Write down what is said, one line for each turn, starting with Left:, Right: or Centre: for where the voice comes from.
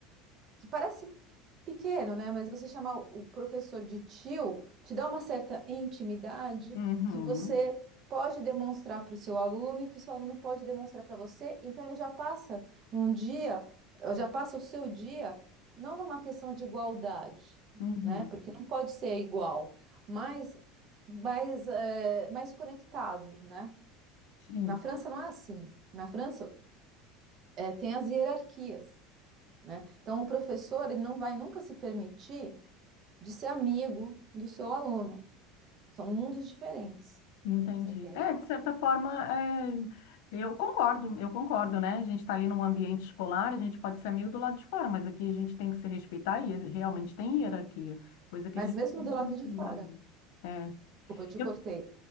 Right: que parece pequeno, né? Mas você chamar o professor de tio te dá uma certa intimidade
Left: Uhum,
Right: que você pode demonstrar para o seu aluno e que o seu aluno pode demonstrar para você. Então ele já passa um dia, eh, já passa o seu dia não numa questão de igualdade,
Left: uhum,
Right: né? Porque não pode ser igual, mas mais, é, mais conectado, né?
Left: sim.
Right: Na França não é assim. Na França é, tem as hierarquias né? Então, o professor ele não vai nunca se permitir de ser amigo do seu aluno. São mundos diferentes,
Left: Entendi.
Right: você entendeu?
Left: É, de certa forma, é, eu concordo, eu concordo, né? A gente está ali num ambiente escolar, a gente pode ser amigo do lado de fora, mas aqui a gente tem que se respeitar e realmente tem hierarquia, coisa que
Right: Mas
Left: a gente
Right: mesmo
Left: perde
Right: do lado
Left: muito
Right: de fora.
Left: no Brasil. É.
Right: Desculpa, eu te
Left: Eu...
Right: cortei.